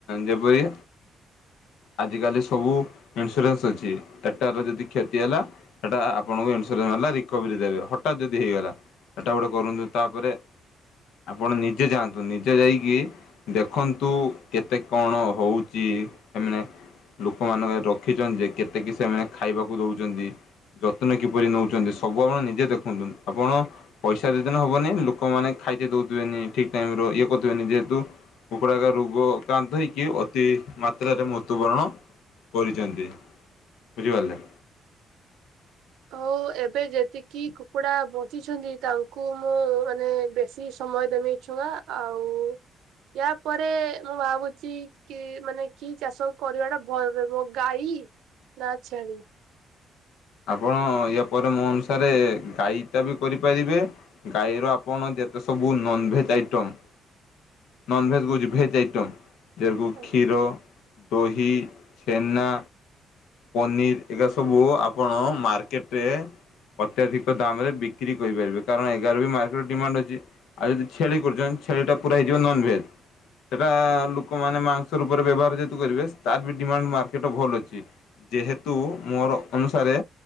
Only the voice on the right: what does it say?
ହଉ ଏବେ ଯେତିକି କୁକୁଡ଼ା ବଞ୍ଚିଛନ୍ତି ତାଙ୍କୁ ମୁଁ ମାନେ ବେଶି ସମୟ ଦେମି। ଛୁଆ ଆଉ ୟା ପରେ ମୁଁ ଭାବୁଛି କି ମାନେ କି ଚାଷ କରିବା ଟା ଭଲ ରହିବ ଗାଈ। ନା ଛେଳି।
ଆଉ